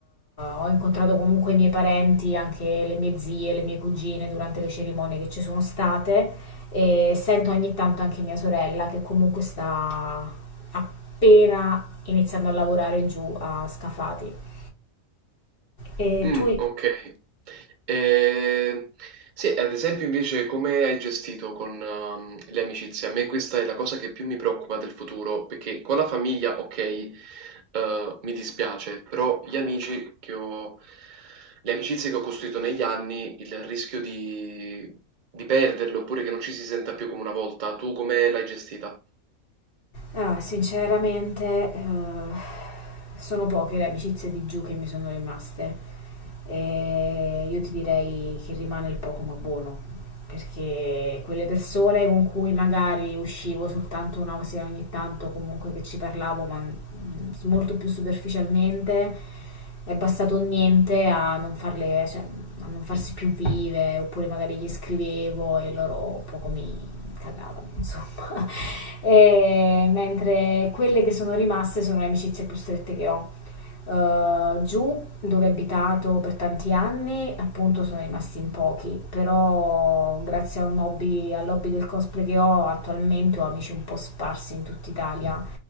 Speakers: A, on the left; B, on the right.
A: ho incontrato comunque i miei parenti, anche le mie zie, le mie cugine durante le cerimonie che ci sono state e sento ogni tanto anche mia sorella che comunque sta appena iniziando a lavorare giù a Scafati. E
B: Mm,
A: tu,
B: ok. Eh, sì, ad esempio invece come hai gestito con ehm, le amicizie? A me questa è la cosa che più mi preoccupa del futuro, perché con la famiglia, ok, eh, mi dispiace, però gli amici che ho, le amicizie che ho costruito negli anni, il rischio di, di perderle oppure che non ci si senta più come una volta, tu come l'hai gestita?
A: ah, sinceramente, eh, sono poche le amicizie di giù che mi sono rimaste. E io ti direi che rimane il poco ma buono, perché quelle persone con cui magari uscivo soltanto una sera ogni tanto, comunque che ci parlavo, ma mm, molto più superficialmente, è bastato niente a non farle, cioè, a non farsi più vive, oppure magari gli scrivevo e loro poco mi cagavano, insomma. E mentre quelle che sono rimaste sono le amicizie più strette che ho. Eh, giù dove ho abitato per tanti anni, appunto sono rimasti in pochi, però grazie a un hobby, all'hobby del cosplay che ho attualmente ho amici un po' sparsi in tutta Italia.